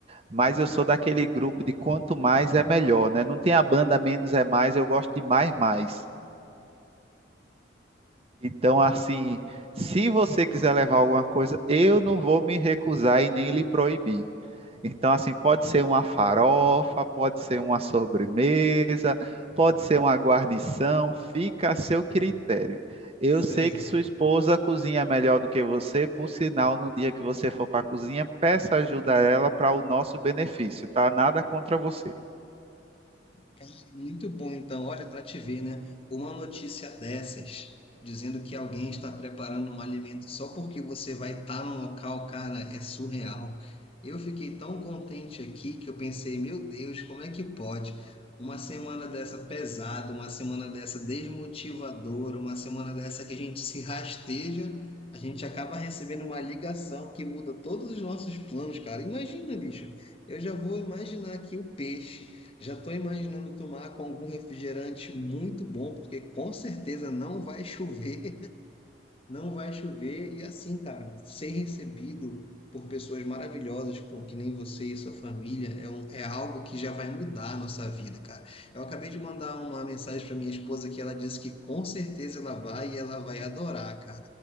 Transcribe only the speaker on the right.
mas eu sou daquele grupo de quanto mais é melhor, né? Não tem a banda menos é mais, eu gosto de mais mais. Então, assim, se você quiser levar alguma coisa, eu não vou me recusar e nem lhe proibir. Então, assim, pode ser uma farofa, pode ser uma sobremesa, pode ser uma guarnição, fica a seu critério. Eu
sei que sua esposa cozinha melhor do que você, por sinal, no dia que você for para a cozinha, peça ajuda a ela para o nosso benefício, tá? Nada contra você.